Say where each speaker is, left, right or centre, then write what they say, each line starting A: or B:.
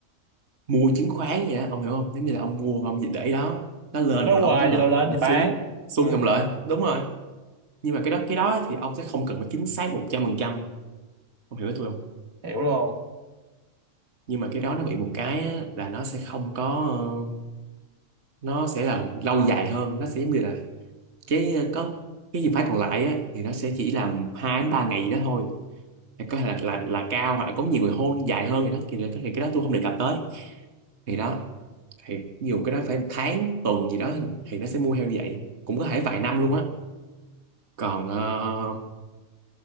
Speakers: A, on the right; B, on the right.
A: mua chứng khoán vậy á ông hiểu không giống như là ông mua và ông để đó nó lên
B: nó
A: thì ông
B: hoài
A: có lời
B: cho nó lên
A: và nó
B: thì bán
A: xuống xuống
B: ừ.
A: thì ông lợi đúng rồi nhưng mà cái đó cái đó thì ông sẽ không cần phải chính xác một trăm phần trăm ông hiểu với tôi không
B: hiểu luôn
A: nhưng mà cái đó nó bị một cái á, là nó sẽ không có ờ, nó sẽ là lâu dài hơn nó sẽ giống như là cái ờ, có cái trường phái còn lại á, thì nó sẽ chỉ là hai đến ba ngày gì đó thôi thì có thể là là là cao hoặc là có nhiều người hôn dài hơn thì đó thì, thì cái đó tôi không đề cập tới thì đó thì nhiều cái đó phải tháng tuần gì đó thì nó sẽ mua heo như vậy cũng có thể vài năm luôn á còn ờ,